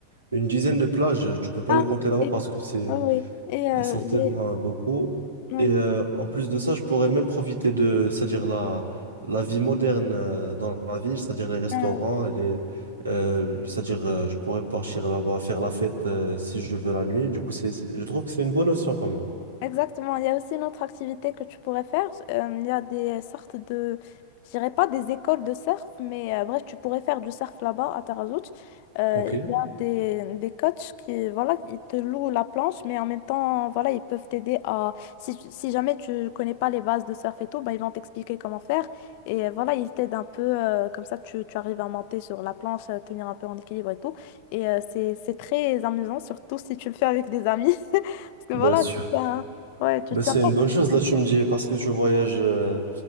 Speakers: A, on the right; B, on the left.
A: une dizaine de plages. Tu peux pas
B: ah
A: les compter là-bas
B: Et,
A: parce que c'est
B: oui, oui. Et euh,
A: ils sont tellement
B: j'ai...
A: beaucoup.
B: ouais.
A: Et euh, en plus de ça, je pourrais même profiter de, c'est-à-dire la, la vie moderne euh, dans la ville, c'est-à-dire les restaurants,
B: Euh,
A: et les, euh, c'est-à-dire euh, je pourrais partir là-bas, faire la fête euh, si je veux la nuit. Du coup, c'est, c'est- je trouve que c'est une bonne option quand même.
B: Exactement. Il y a aussi une autre activité que tu pourrais faire. Euh, il y a des sortes de, je dirais pas des écoles de surf, mais euh, bref, tu pourrais faire du surf là-bas à Tarazout. Euh,
A: Ok.
B: il y a des, des coachs qui, voilà, ils te louent la planche, mais en même temps, voilà, ils peuvent t'aider à, si, tu- si jamais tu connais pas les bases de surf et tout, bah, ils vont t'expliquer comment faire. Et euh, voilà, ils t'aident un peu, euh, comme ça, tu, tu arrives à monter sur la planche, à tenir un peu en équilibre et tout. Et euh, c'est, c'est très amusant, surtout si tu le fais avec des amis. <laughs> Parce que
A: Bah,
B: voilà,
A: sûr.
B: tu fais un- Ouais, tu
A: Bah,
B: tiens
A: c'est
B: pas
A: une bonne chose,
B: vraiment
A: là tu
B: et tout.
A: me dis, parce que je voyage euh,